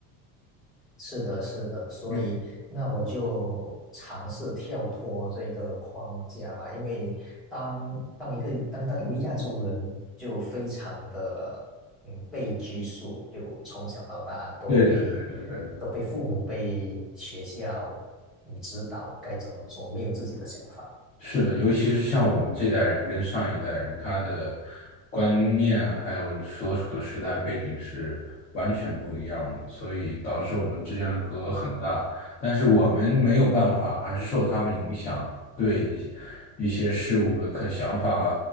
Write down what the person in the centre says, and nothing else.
是的，是的，所以那我就尝试跳脱这个框架吧，
因为当当一个当当一位亚洲人，就非常的嗯被拘束，就从小到大都被
都被父母被学校嗯指导该怎么做，没有自己的想法。